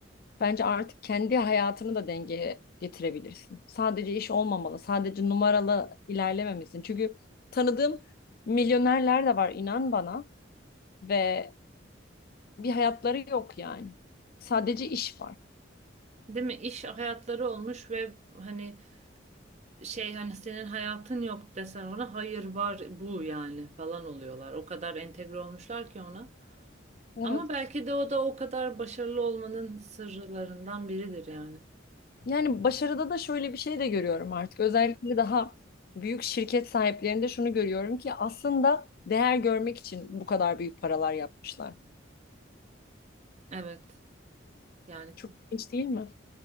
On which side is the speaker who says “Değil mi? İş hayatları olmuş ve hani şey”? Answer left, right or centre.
Right